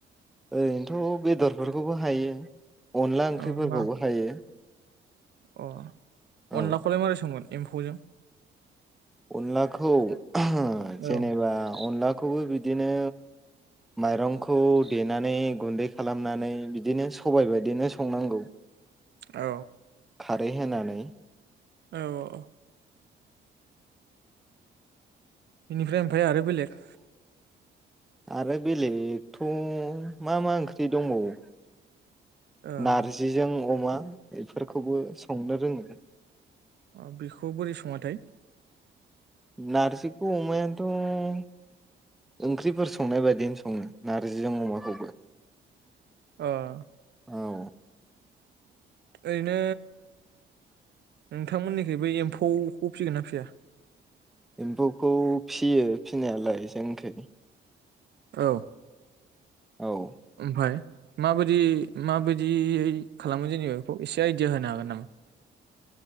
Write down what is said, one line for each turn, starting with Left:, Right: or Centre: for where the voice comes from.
Centre: ओरैनोथ' बेदरफोरखौबो हायो। अनला ओंख्रिफोरखौबो
Right: औ मा
Centre: हायो।
Right: अ अनलाखौलाय
Centre: औ
Right: माबोरै संगोन। एम्फैजों।
Centre: अनलाखौ। ओ जेनेबा
Right: औ
Centre: अनला खौबो बिदिनो माइरंखौ देनानै गुन्दै खालामनानै बिदिनो सबाय बायदिनो संनांगौ
Right: औ।
Centre: खारै होनानै
Right: औ औ औ। बेनिफ्राय ओमफ्राय आरो बेलेग
Centre: आरो बेलेगथ' मा मा ओंख्रि दंबावो
Right: ओ
Centre: नारजिजों अमा <unintelligible> बेफोरखौबो संनो रोङो
Right: अ' बेखौ बोरै सङाथाय
Centre: नारजिखौ अमायानोथ' ओंख्रिफोर संनाय बायदिनो सङो नार <unintelligible> <unintelligible> जिजों अमाखौबो
Right: ओ
Centre: औ
Right: ओरैनो नोंथांमोननिखैबो एम्फौखौ फिसिगोन ना फिसिया
Centre: एम्फौखौ फिसियो फिनायालाय जोंनिखै
Right: औ
Centre: औ
Right: ओमफाय माबायदि माबायदियै खालामो जेनेबा बेखौ एसे आइदिया होनो हागोन नामा?